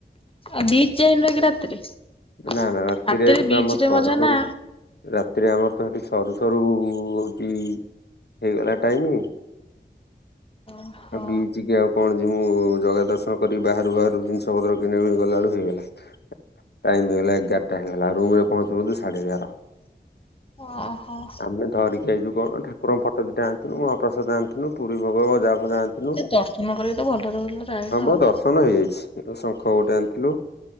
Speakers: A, on the left; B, on the left.
A: ଆବି ଚେଇନକି ରାତିରେ ରାତିରେ
B: ନା ନା ଏଠି ତ
A: ବିଚ୍
B: ଆମର
A: ରେ
B: ସରୁ
A: ମଜା
B: ସରୁ
A: ନା।
B: ରାତିରେ ଆମର ତ ହେଁଠି ସରୁ ସରୁ ହଉଚି ହେଇଗଲା ଟାଇମ
A: ଓହୋ
B: ଆ ବିଚିକ ଆଉ କଣ ଯିମୁଁ ଜଗା ଦର୍ଶନ କରି ବାହାରୁ ବାହାରୁ ଜିନିଷ ପତ୍ର କିଣା କିଣି ଗଲା ଆଳୁକୁ ହେଇଗଲା। ଟାଇମ ହେଇଗଲା ଏଗାରଟା ହେଇଗଲା ରୁମ ରେ ପହଞ୍ଚୁ ପହଞ୍ଚୁ ସାଢେ ଏଗାର।
A: ଓହଁ।
B: ଆମେ ଧରିକି ଆଇଲୁ କଣ ଠାକୁରଙ୍କ ଫଟ ଦିଟା ଆଣିଥିଲୁ ମହାପ୍ରସାଦ ଆଣିଥିଲୁ ପୁରୀ ଭୋଗ ଗଜା ଫଯା ଆଣିଥିଲୁ
A: ସେ ଦର୍ଶନ କରିକି ତ ଭଲରେ ଭଲରେ ଆଇଲ
B: ନବ
A: ଆଉ।
B: ଦର୍ଶନ ହେଇଯାଇଛି ଶଙ୍ଖ ଗୋଟେ ଆଣିଥିଲୁ।